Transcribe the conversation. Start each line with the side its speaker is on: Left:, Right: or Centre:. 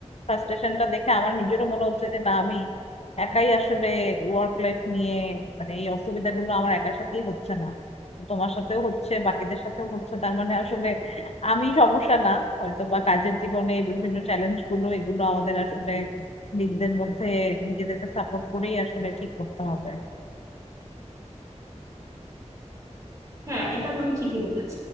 Left: ফ্রাস্ট্রেশনটা দেখে আমার নিজেরও মনে হচ্ছে যে না আমি একাই আসলে ওয়ার্ক লাইফ নিয়ে মানে এই অসুবিধাগুলো আমার একার সাথেই হচ্ছে না তোমার সাথেও হচ্ছে বাকিদের সাথেও হচ্ছে তার মানে আসলে আমি সমস্যা না হয়তো বা কাজের জীবনে এই বিভিন্ন চ্যালেঞ্জ গুলো এগুলো আমাদের আসলে নিজেদের মধ্যে নিজেদেরকে সাপোর্ট করেই আসলে ঠিক করতে হবে
Right: হ্যাঁ এটা তুমি ঠিকই বলেছ